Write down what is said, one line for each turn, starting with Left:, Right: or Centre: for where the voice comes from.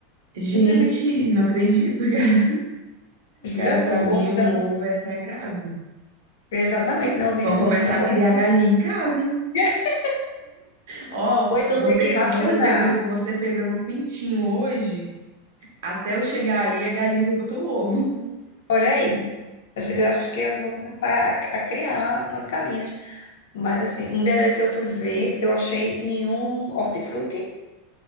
Right: Gente,
Left: Simplesmente
Right: não acredito, <laughs>
Left: jura
Right: Cara, pra
Left: tu.
Right: mim
Left: Ou então,
Right: o ovo é sagrado.
Left: exatamente, não vinho
Right: Vão começar
Left: de manhã.
Right: a
Left: Ou
Right: criar
Left: então,
Right: galinha em casa, hein?
Left: <laughs>
Right: Ó,
Left: ou então
Right: você
Left: ter que racionar.
Right: você pegando, você pegando um pintinho hoje, até eu chegar aí a galinha já botou o ovo.
Left: Olha aí. Eu acho que eu vou começar a, a criar umas galinhas. Mas assim, um dia desse eu fui ver, eu achei em um hortifruti,